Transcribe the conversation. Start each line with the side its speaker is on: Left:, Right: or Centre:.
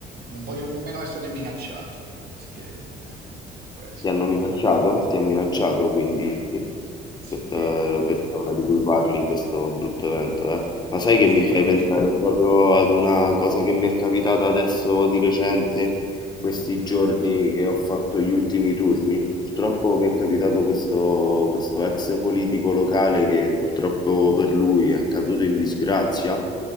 Right: non voglio nemmeno essere minacciato, mi spiego, eh, Questo.
Left: Ti hanno minacciato? Ti ha minacciato quindi
Right: Sì,
Left: questa persona di cui parli in questo brutto evento, eh? Ma sai che
Right: sì,
Left: mi fai
Right: ma mi,
Left: pensare proprio ad una cosa che mi è capitata adesso di recente, questi giorni che ho fatto gli ultimi turni? Purtroppo mi è capitato questo, questo ex politico locale che purtroppo per lui è caduto in disgrazia